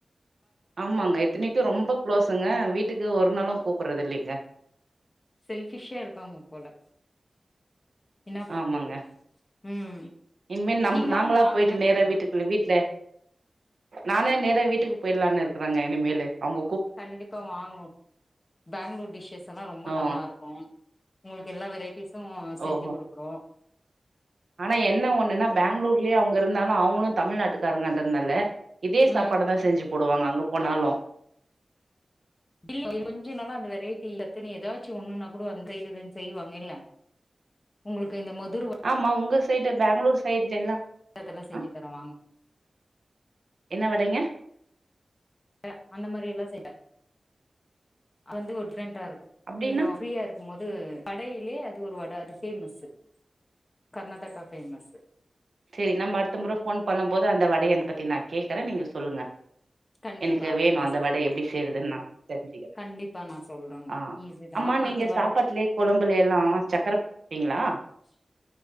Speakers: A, on the right (about 65°); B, on the left (about 35°).
A: ஆமாங்க இத்தினைக்கு ரொம்ப குளோஸுங்க வீட்டுக்கு ஒரு நாளு கூப்பறது இல்லிங்க
B: செல்பிஷ்ஷா இருக்காங்க போல என்னா பண்றது
A: ஆமாங்க
B: ம்
A: இனிமே நம்
B: நீங்க
A: நாங்களா
B: வாங்க நா
A: போயிட்டு
B: வேனா கூப்புற்றே
A: நேரா வீட்டுக்குள்ள வீட்ல நானே நேர வீட்டுக்கு போயில்லான்னு இருக்கறாங்க இனிமேலு அவுங்கோ
B: கண்டிப்பாக வாங்கோ பெங்களூர் டிஷ்ஷஸ் எல்லா ரொம்ப
A: ஆ
B: நல்லா இருக் கு உங்களுக்கு எல்லா வெரைட்டிஸு செஞ்சு
A: ஓஹோ
B: குடுக்கறோ
A: ஆனா என்ன ஒன்னுன்னா பெங்களூர்லயே அவங்க இருந்தாலு அவங்களு தமிழ்நாட்டுக்காருங்கன்றனால இதே
B: ம்
A: சாப்பாட தா செஞ்சு போடுவாங்க அங்க போனாலு
B: இல் கொஞ்ச நாளா அந்த வெரைட்டி எல்லாத்துன்னு ஏதாச்சு ஒண்ணுன்னா கூட அந்த சைடுன்னு செய்வாங்க இல்ல உங்குளுக்கு இந்த மதுர
A: ஆமா உங்க சைடு பெங்களூர் சைட்ல எல்லா
B: வட அதெல்லா செஞ்சு
A: ஆ
B: தரே வாங்க
A: என்ன வடைங்க
B: அ அந்த மாரி எல்லா செய்வே அது வந்து ஒரு ட்ரெண்டா இருக்கு
A: அப்டின்னா
B: நீங்கோ பீரியா இருக்கும் போது கடையிலே அது ஒரு வட அது பேமஸ்ஸு கர்நாடகா ஃபேமஸ்ஸு
A: செரி நம்ம அடுத்த முற போன் பண்ணும் போது அந்த வடைய பத்தி நா கேக்குறே நீங்க சொல்லுங்க
B: <inaudible> கண்டிப்பா
A: எனக்கு வேணு
B: நா
A: அந்த
B: சொல்
A: வட எப்டி செய்யறதுன்னு நா தெரிஞ்சுக்கிறே
B: கண்டிப்பா நா சொல்றங்க
A: ஆ
B: ஈஸி தா
A: ஆமா
B: அடுத்த வா
A: <unintelligible> கொழம்புல எல்லா சக்கர போடுவிங்ளா
B: <unintelligible>